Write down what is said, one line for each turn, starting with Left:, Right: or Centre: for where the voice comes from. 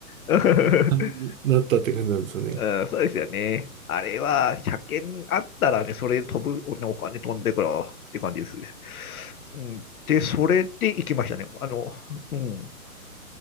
Left: <laughs>
Right: 班になったって感じなんですよね。
Left: うん、そうですよね。あれは、車検あったらね、それで飛ぶ、ねお金飛んでからって感じです。うん、で、それで行きましたね。あの、うん、